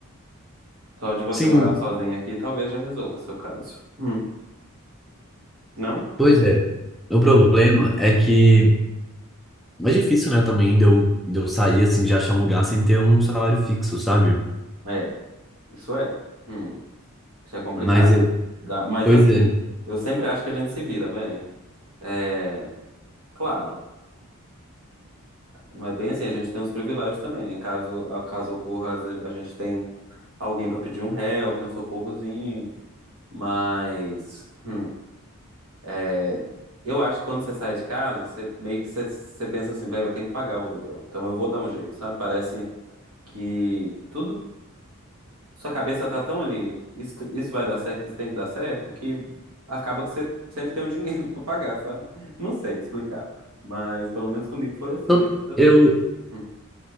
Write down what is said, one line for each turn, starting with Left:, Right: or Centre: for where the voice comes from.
Right: Só de você
Centre: Sim,
Right: morar sozinho aqui, talvez já resolva o seu caso. Hum. Não?
Centre: Pois é. O problema é que é difícil, né, também de eu, de eu sair assim, de achar um lugar sem ter um salário fixo, sabe?
Right: É, isso é. Hum. Isso é complicado.
Centre: Mas eu,
Right: Dá- Mas
Centre: pois
Right: assim,
Centre: é.
Right: eu sempre acho que a gente se vira, véi. É, claro. Não é bem assim, a gente tem uns privilégios também, né? Caso, a- caso ocorra, às vezes a gente tem alguém pra pedir um help, um socorrozinho. Mas hum, é, eu acho que quando você sai de casa, você meio que você, você pensa assim, velho, eu tenho que pagar o aluguel. Então eu vou dar um jeito, sabe? Parece que tudo, sua cabeça tá tão ali, isso, isso vai dar certo, isso tem que dar certo, que acaba que você sempre tem o dinheiro <laughs> pra pagar, sabe? Não sei explicar. Mas pelo menos comigo foi assim
Centre: Então,
Right: a vida toda.
Centre: Eu,
Right: Hum,